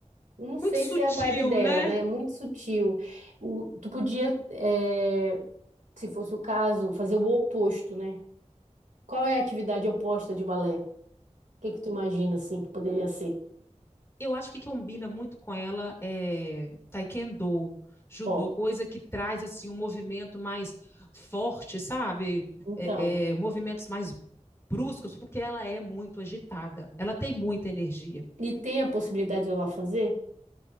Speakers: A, on the right; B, on the left.
A: não sei
B: Muito sutil,
A: se é a vibe dela,
B: né?
A: né? É muito sutil. O- tu podia, eh, se fosse o caso, fazer o oposto, né? Qual é a atividade oposta de balé? O que que tu imagina assim que poderia ser?
B: eu acho que combina muito com ela é taekwondo, judô,
A: Ó,
B: coisa que traz assim um movimento mais forte, sabe?
A: então.
B: É, é, movimentos mais bruscos, porque ela é muito agitada, ela tem muita energia.
A: E tem a possibilidade de ela fazer?